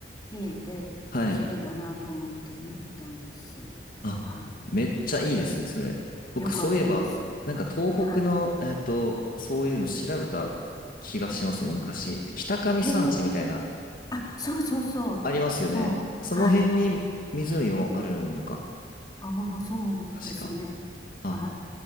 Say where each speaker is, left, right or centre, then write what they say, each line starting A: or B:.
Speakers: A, on the left (about 25°); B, on the left (about 55°).
A: 見えて、
B: はい。
A: 綺麗だなと思って見てたんです。
B: あ、
A: は
B: めっちゃいいですね、それ。僕、
A: い。よかったです。
B: そういえば、なんか東北の、
A: はい。
B: えっと、そういうの調べた気がしますね、昔。北上山地みたいな
A: へえ。あ、そうそうそう。
B: ありますよね。
A: そう。
B: その辺に湖もあるのか。
A: はい。ああ、そうですね。
B: 確か。あ、
A: はい。